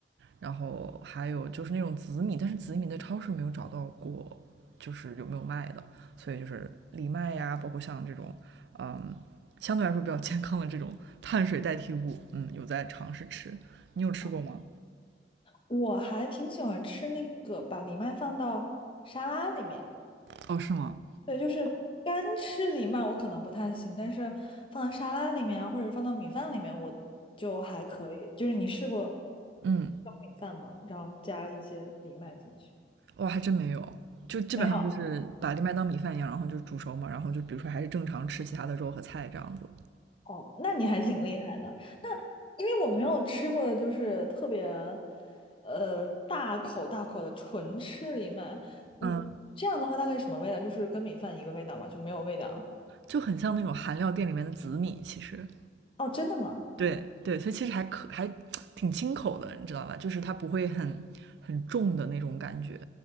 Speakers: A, on the right; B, on the left.
A: 然后还有就是那种紫米，但是紫米在超市没有找到过，就是有没有卖的，所以就是藜麦呀，包括像这种嗯相对来说比较健康的这种碳水代替物，嗯，有在尝试吃。你有吃过吗？
B: 哦我还挺喜欢吃那个把藜麦放到沙拉里面。
A: 哦，是吗？
B: 对，就是干吃藜麦我可能不太行，但是放到沙拉里面啊，或者放到米饭里面，我就还可以。就是你试过
A: 嗯。
B: 用米饭吗？然后加一些藜麦进去？
A: 哇，还真没有，就基本上就是把藜麦当米饭一样，
B: 没有。
A: 然后就煮熟嘛，然后就比如说还是正常吃其他的肉和菜这样子，
B: 哦，那你还挺厉害的。那因为我没有吃过，就是特别呃大口大口的纯吃藜麦，你这样的话大概是什么味道？
A: 嗯，
B: 就是跟米饭一个味道吗？就没有味道？
A: 就很像那种韩料店里面的紫米，其实，
B: 哦，真的吗？
A: 对对，所以其实还可还挺清口的，你知道吧？就是它不会很很重的那种感觉。